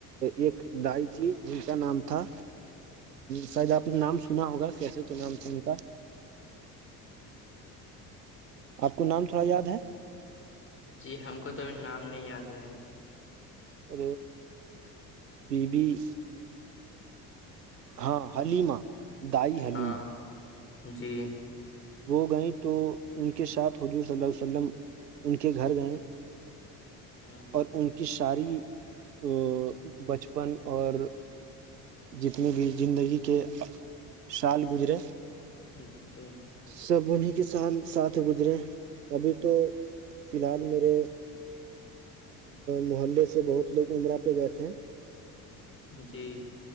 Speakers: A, on the right (about 85°); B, on the left (about 25°).
A: ایک دائی تھی جن کا نام تھا شاید آپ نے نام سنا ہوگا کیسے تو نام سن کا آپ کو نام تھوڑا یاد ہے
B: جی ہم کو تو نام نہیں یاد ہے
A: ا بی بی <unintelligible> ہاں حلیما دائی حلیما
B: ہاں جی
A: وہ گئیں تو ان کے ساتھ حضور صلی ال علیہ وسلم ان کے گھر گئے
B: ہوں
A: اور ان کی ساری ا بچپن اور <unintelligible> جتنے بھی زندگی کے سال گزرے
B: جی
A: سب انہی کے سھ ساتھ گزرے ابھی تو فی الحال میرے محلے سے بہت لوگ امرہ پہ گئے تھے
B: جی